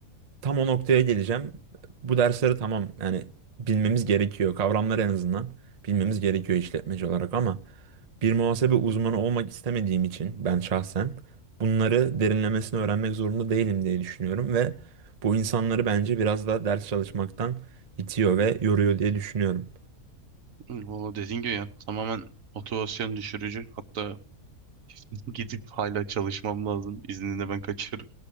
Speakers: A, on the right; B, on the right.
A: tam o noktaya geleceğim. Bu dersleri tamam yani bilmemiz gerekiyor. Kavramları en azından bilmemiz gerekiyor işletmeci olarak ama bir muhasebe uzmanı olmak istemediğim için ben şahsen bunları derinlemesine öğrenmek zorunda değilim diye düşünüyorum ve bu insanları bence biraz da ders çalışmaktan itiyor ve yoruyor diye düşünüyorum.
B: Hı, Valla dediğin gibi ya tamamen motivasyon düşürücü. Hatta <laughs> gidip hala çalışmam lazım. İzninde ben kaçıyorum.